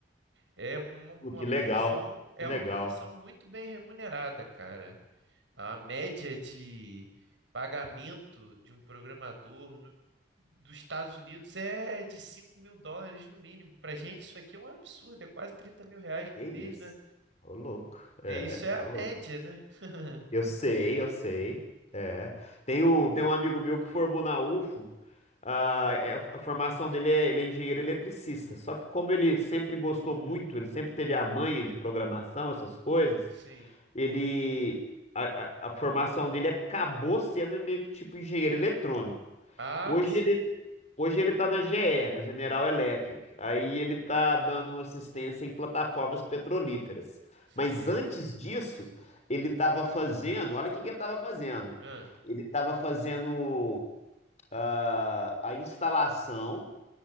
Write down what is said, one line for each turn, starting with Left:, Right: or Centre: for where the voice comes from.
Right: é uma, uma
Left: pô, que
Right: profissão,
Left: legal,
Right: é
Left: que legal.
Right: uma profissão muito bem remunerada, cara. A média de pagamento de um programador no- dos Estados Unidos é de cinco mil dólares no mínimo. para gente, isso aqui é um absurdo, é quase 30 mil reais por
Left: Que isso.
Right: mês, né?
Left: Ô, louco.
Right: É,
Left: É,
Right: Isso é a
Left: ô
Right: média,
Left: louco.
Right: né? <laughs>
Left: Eu sei, eu sei. É. Tem um, tem um amigo meu que formou na UFO. ah, é, a formação dele é, ele é engenheiro eletricista. Só que como ele sempre gostou muito, ele sempre teve a manha de programação, essas coisas,
Right: Sim.
Left: ele a, a- a formação dele acabou sendo meio que tipo engenheiro eletrônico.
Right: Ah,
Left: Hoje
Right: sei.
Left: ele hoje ele está na GE, na General Electric. Aí ele está dando assistência em plataformas petrolíferas.
Right: Sei.
Left: Mas antes disso, ele estava fazendo, olha o que que ele estava fazendo.
Right: Ah,
Left: Ele estava fazendo ah, a instalação